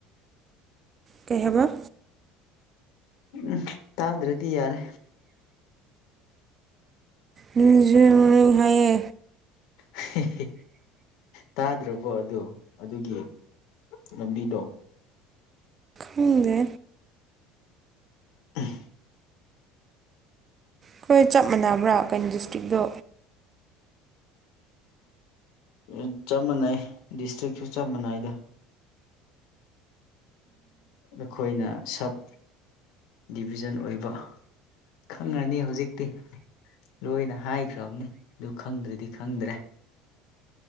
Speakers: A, on the right; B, on the left.
A: ꯀꯩ ꯍꯥꯏꯕ?
B: ꯎꯝ ꯇꯥꯗ꯭ꯔꯗꯤ ꯌꯥꯔꯦ꯫
A: ꯂꯤꯡꯖꯦꯜ ꯃꯥꯟꯅꯧ ꯍꯥꯏꯌꯦ꯫
B: ꯍꯦꯍꯦ ꯇꯥꯗ꯭ꯔꯕꯣ ꯑꯗꯣ ꯑꯗꯨꯒꯤ ꯂꯝꯕꯤꯗꯣ꯫
A: ꯈꯪꯗꯦ꯫
B: ꯎꯝ꯫
A: ꯑꯈꯣꯏ ꯆꯞ ꯃꯥꯟꯅꯕ꯭ꯔꯥ ꯀꯩꯅꯣ ꯗꯤꯁꯇ꯭ꯔꯤꯛꯇꯣ꯫
B: ꯎꯝ ꯆꯞ ꯃꯥꯟꯅꯩ ꯗꯤꯁꯇ꯭ꯔꯤꯛꯁꯨ ꯆꯞ ꯃꯥꯟꯅꯩꯗ ꯑꯩꯈꯣꯏꯅ ꯁꯞ ꯗꯤꯕꯤꯖꯟ ꯑꯣꯏꯕ ꯈꯪꯉꯅꯤ ꯍꯧꯖꯤꯛꯇꯤ ꯂꯣꯏꯅ ꯍꯥꯏꯈ꯭ꯔꯕꯅꯤ ꯑꯗꯨ ꯈꯪꯗ꯭ꯔꯗꯤ ꯈꯪꯗ꯭ꯔꯦ